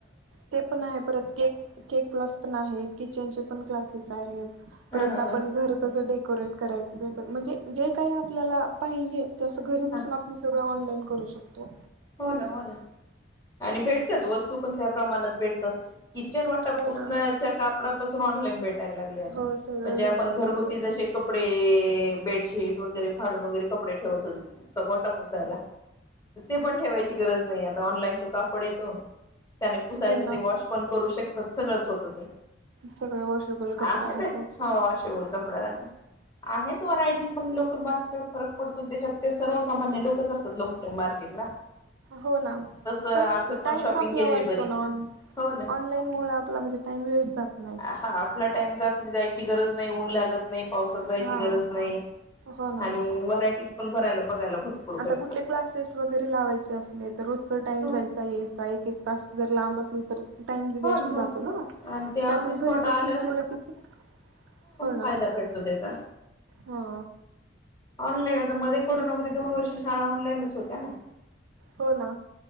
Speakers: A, on the right; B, on the left.
A: ते पण आहे परत केक, केक क्लास पण आहे किचनचे पण क्लास आहे. परत
B: हा हा
A: आपण
B: हा
A: घरी कस डेकोरेट करायच? ते पण म्हणजे, जे काही- आपल्याला पाहिजे ते असं घरी
B: हा
A: बसून आपण सगळं ऑनलाईन करू शकतो.
B: हो ना हो ना. आणि भेटतात, वस्तू पण त्या प्रमाणात भेटतात. किचन वाटप
A: हो ना
B: <unintelligible> कापडापासून ऑनलाइन भेट
A: हो सगळं
B: म्हणजे
A: भेटायला
B: आपण घरगुती
A: लागलंय.
B: जसे कपडे- बेडशीट - शेट वगैरे फाडून वगैरे कपडे ठेवायचे मी वटा पुसायला. ते पण ठेवायची गरज नाही आता. ऑनलाईन तो कापड येतो. त्याने पुसायच
A: हो ना
B: ते वॉश पण करू शकत- सगळंच होत ते
A: सगळ वॉशेबल कपडा
B: आहे
A: राहतो
B: ना ह शिबोल कपडाला. ह आहेत व्हरायटी पण लोकल मार्केटवर फरक पडतो, त्याच्यात ते सर्वसामान्य लोकच असतात लोकल मार्केटला. <unintelligible>
A: हो ना,
B: असं
A: पण टाईम
B: शॉपिंग
A: आपला
B: केलेली
A: वाचतो
B: बरी
A: ना ऑन
B: हो ना.
A: ऑनलाईन मुळ आपला म्हणजे टाइम वेस्ट जात नाही.
B: हा आपला टाइम जात नाही. जायची गरज नाही. ऊन लागत नाही. पावसात जायची
A: हा.
B: गरज नाही,
A: हो ना
B: आणि व्हरायटीज पण भरायला बघायला भरपूर
A: आता
B: भेटतात
A: कुठले क्लासेस व वगैरे लावायचे असले तर रोजच टाइम
B: हो
A: जायचा यायचा एक एक तास जर लांब असल तर- टाइम
B: हो
A: वेस्ट
B: ना हो
A: जातो ना?
B: आणि ते ऑन
A: त्यातच
B: द स्पॉट
A: घरी
B: आलं
A: बसून केलं क- हो
B: फायदा
A: ना.
B: भेटतो त्याचा
A: हो.
B: ऑनलाईन, आता मध्ये कोरोनामध्ये दोन वर्ष शाळा ऑनलाईनच होत्या ना?
A: हो ना.